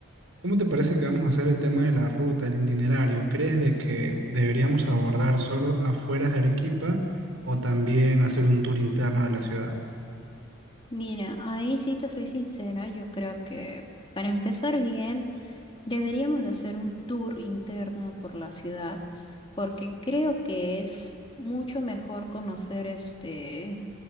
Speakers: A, on the right (about 80°); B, on the left (about 25°).
A: ¿cómo te parece que vamos a hacer el tema de la ruta, el itinerario? ¿Crees de que deberíamos abordar solo afueras de Arequipa o también hacer un tour interno de la ciudad?
B: Mira, ahí sí te soy sincera, yo creo que para empezar bien. Deberíamos hacer un tour interno por la ciudad, porque creo que es mucho mejor conocer este,